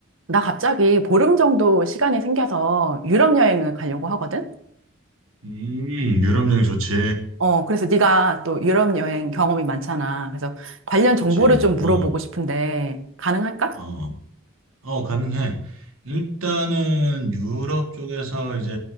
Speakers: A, on the right; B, on the right.
A: 나 갑자기 보름 정도 시간이 생겨서 유럽 여행을 가려고 하거든?
B: 음, 유럽 여행 좋지.
A: 어, 그래서 네가 또 유럽 여행 경험이 많잖아. 그래서 관련
B: 그렇지.
A: 정보를 좀 물어보고
B: 어,
A: 싶은데 가능할까?
B: 어, 어, 어, 가능해. 일단은 유럽 쪽에서 이제